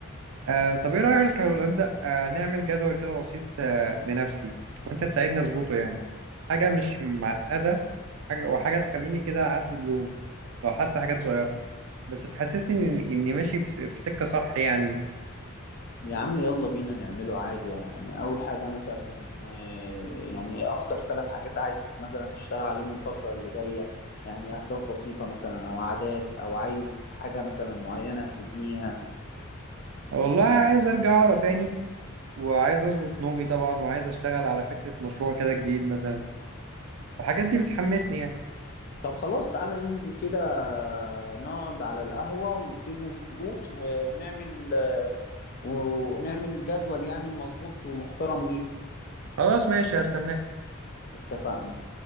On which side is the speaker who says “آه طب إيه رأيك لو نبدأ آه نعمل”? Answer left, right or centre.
Right